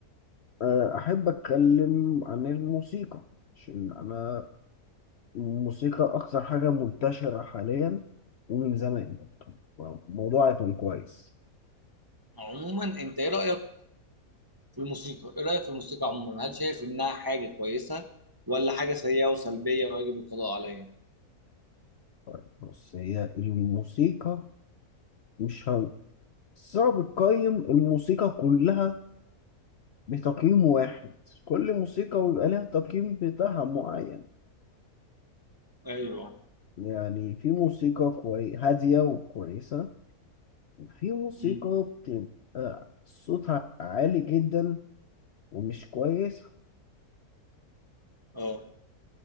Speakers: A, on the left; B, on the right.
A: أه، احب اتكلم عن الموسيقى عشان انا الموسيقى اكثر حاجة منتشرة حاليا ومن زمان برضه. الموضوع هيكون كويس
B: عموما انت ايه رأيك في الموسيقى ايه رأيك في الموسيقى عموما هل شايف انها حاجة كويسة ولا حاجة سيئة وسلبية ويجب القضاء عليها
A: طيب بص هي الموسيقى مش هم... صعب تقيم الموسيقى كلها بتقييم واحد كل موسيقى ويبقى لها تقييم بتاعها معين
B: ايوه
A: يعني في موسيقى كوي... هادية وكويسة في موسيقى
B: مم.
A: بتبقى صوتها عالي جدا ومش كويس
B: اه